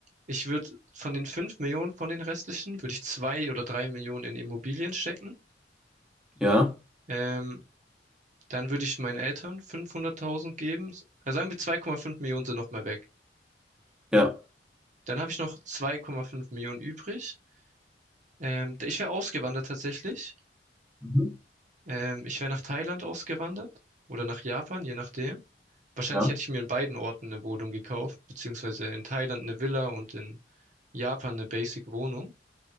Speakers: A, on the right; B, in the centre.
A: Ich würde von den 5 Millionen von den restlichen, würde ich 2 oder 3 Millionen in Immobilien stecken.
B: Ja.
A: Ähm, Dann würde ich meinen Eltern 500.000 geben. Also sagen wir 2,5 Millionen sind noch mal weg.
B: Ja.
A: Dann habe ich noch 2,5 Millionen übrig. Ähm, ich wäre ausgewandert tatsächlich.
B: Mhm.
A: Ähm, ich wäre nach Thailand ausgewandert oder nach Japan, je nachdem. Wahrscheinlich
B: Ja.
A: hätte ich mir in beiden Orten eine Wohnung gekauft, beziehungsweise in Thailand eine Villa und in Japan eine Basic-Wohnung.